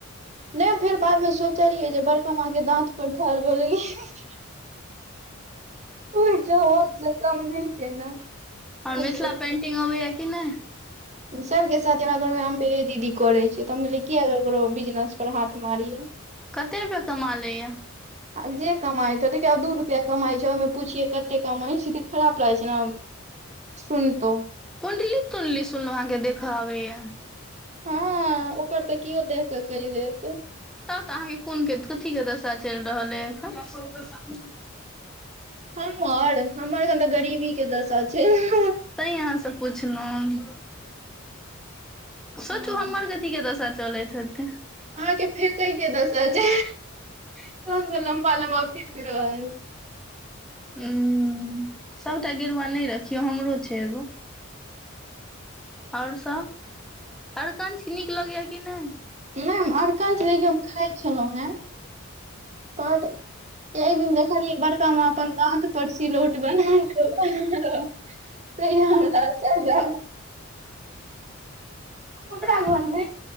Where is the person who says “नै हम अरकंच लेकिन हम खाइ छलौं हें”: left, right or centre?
Right